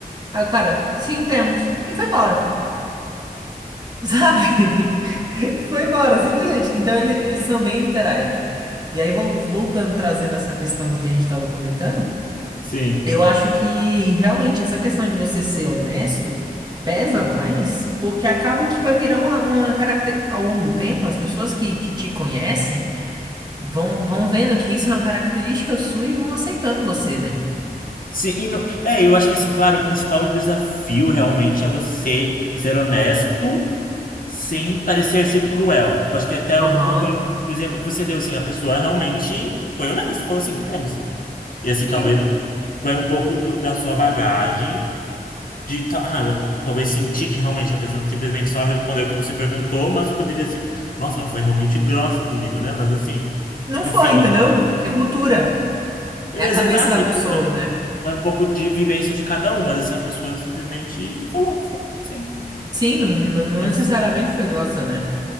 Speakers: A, on the right (about 25°); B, on the left (about 60°).
A: Aí o cara, sim, temos. E foi embora, sabe? <laughs> Foi embora, simplesmente. Então ele- eles são bem literais. E aí, vol- voltando, trazendo essa questão do que a gente tava comentando,
B: Sim,
A: eu acho que realmente essa questão de você ser honesto pesa mais, porque acaba que vai virar uma, uma característica. Ao longo do tempo, as pessoas que, que te conhecem. Vão, vão vendo que isso é uma característica sua e vão aceitando você, né?
B: Sim, e no- é, eu acho que assim, claro, o principal desafio realmente é você ser honesto sem parecer ser cruel. Eu acho que é até
A: Aham.
B: um pouco o exemplo que você deu, assim, a pessoa realmente foi honesta, falou assim, temos. E assim,
A: Sim.
B: talvez o- vai um pouco do- da sua bagagem de ta- ah, talvez sentir que realmente a pessoa simplesmente só respondeu o que você perguntou, mas poderia se, nossa, ela foi realmente grossa comigo, né? Mas assim,
A: Não
B: enfim,
A: foi, entendeu? É cultura.
B: mas
A: É a cabeça
B: exato,
A: da pessoa,
B: assim, vai,
A: né?
B: vai um pouco de vivência de cada um, mas assim, a pessoa simplesmente falou, foi, sim.
A: Sim, não, não não
B: É,
A: necessariamente foi grossa, né?